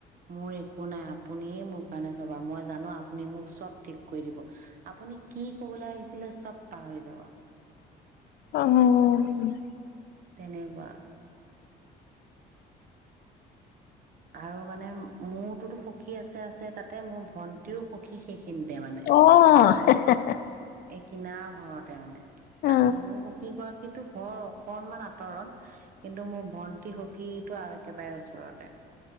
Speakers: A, on the right (about 55°); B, on the left (about 65°).
A: মোৰ একো নাই আপুনিয়ে মোৰ কাৰণে চবা মই জানো আপুনি মোক চব ঠিক কৰি দিব আপুনি কি কবলৈ আহিছিলে চব পাহৰি যাব
B: আহ
A: তেনেকুৱা আৰু মানে মোৰতোতো সখী আছে আছে তাতে মোৰ ভন্টিও সখী শেষ কিন্তে মানে
B: অ <unintelligible>
A: এই কিনাৰ ঘৰতে মানে
B: অ
A: ত মোৰ সুখী কৰা সেইটো ঘৰ অকনমান আঁতৰত কিন্তু মোৰ ভণ্টি সু কিটো আৰু একেবাৰে ওচৰতে